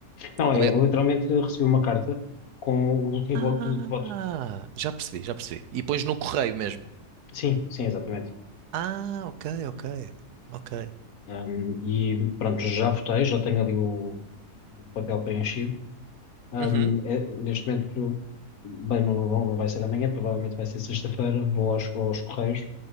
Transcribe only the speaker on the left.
Não,
é,
eu literalmente recebi uma carta com o boletim
vo- de de voto.
Sim, sim, exatamente.
Um, e pronto, já votei, já tenho ali o, o papel preenchido. Um,
é- neste momento, bem, não, não não vai ser amanhã, provavelmente vai ser sexta-feira. Vou aos, aos Correios,